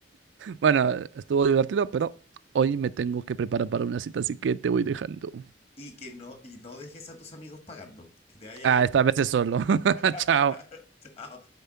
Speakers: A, on the right; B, on the left.
A: Bueno, estuvo divertido, pero hoy me tengo que preparar para una cita, así que te voy dejando.
B: Y que no, y no dejes a tus amigos pagando. Que te vaya
A: Ah,
B: bien.
A: esta vez es solo.
B: <laughs>
A: <laughs> Chao.
B: Chao.